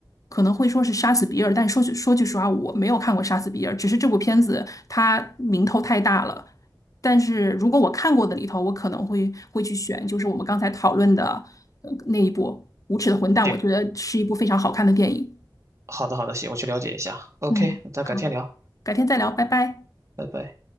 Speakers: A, on the left; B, on the right.
A: 可能会说是《杀死比尔》，但说句说句实话，我没有看过《杀死比尔》，只是这部片子它名头太大了。但是如果我看过的里头，我可能会会去选，就是我们刚才讨论的呃那一部《无耻的混蛋》，
B: 行，
A: 我觉得是一部非常好看的电影。
B: 好的好的，行，我去了解一下。OK，
A: 嗯，
B: 那咱改天聊，
A: 好，改天再聊，拜拜。
B: 拜拜。